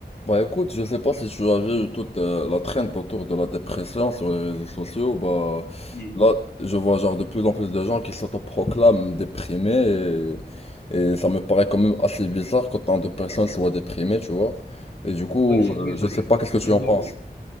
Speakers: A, on the left (about 35°); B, on the left (about 75°).
A: Bah écoute, je sais pas si tu as vu toute euh, la traîne autour de la dépression sur les réseaux sociaux, bah
B: Oui.
A: là je vois genre de plus en plus de gens qui s'autoproclament déprimés et, et ça me paraît quand même assez bizarre qu'autant de personnes soient déprimées, tu vois. Et du coup,
B: Ouais, j'ai
A: euh,
B: vu,
A: je
B: j'ai
A: sais
B: vu.
A: pas qu'est-ce que
B: J'ai
A: tu en
B: vu,
A: penses.
B: ouais.